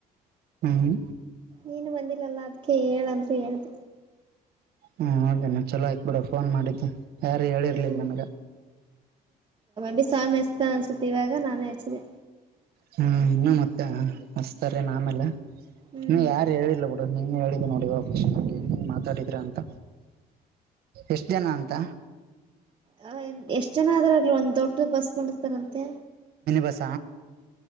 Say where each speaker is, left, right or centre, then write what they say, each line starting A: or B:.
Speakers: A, on the right; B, on the right.
A: ಹ್ಮ್
B: ನೀನು ಬಂದಿಲ್ಲಲ್ಲ ಅದ್ಕೆ ಹೇಳಂದ್ರರು ಹೇಳ್ದ
A: ಹ್ಮ ಹೌದ ನ ಚಲೋ ಆಯಿತ್ ಬಿಡ ಫೋನ್ ಮಾಡಿದ್ದೆ ಯಾರು ಹೇಳಿರ್ಲಿಲ್ಲ
B: ಹ್ಮ್
A: ನನಗ
B: ಬಿ ಸ್ವಾಮಿ ಎಸ್ತ ಅನ್ಸತಿ ಇವಾಗ ನಾನೇ ಹಚ್ಚಿದೆೆ
A: ಹ್ಮ ಇನ್ನುೂ ಮತ್ತೆ ಹಸ್ತಾರೆ ನಾಮೆಲ್ಲ
B: ಹ್ಮ್
A: ಇನ್ನು ಯಾರು ಹೇಳಿಲ್ಲ ಬಿುಡು ನೀನು ಹೇಳ ನೋಡಿ
B: ಹ್ಮ್
A: ಮಾತಾಡಿದ್ರಾ ಅಂತ ಎಷ್ಟು ಜನ ಅಂತ
B: ಹ ಎಷ್ಟ್ ಜನ ಆದ್ರಗ್ಲಿ ಒಂದ್ ದೊಡ್ಡ ಬಸ್ ಮಾಡರ್ತಾರಂತೆ
A: ಹೊಸ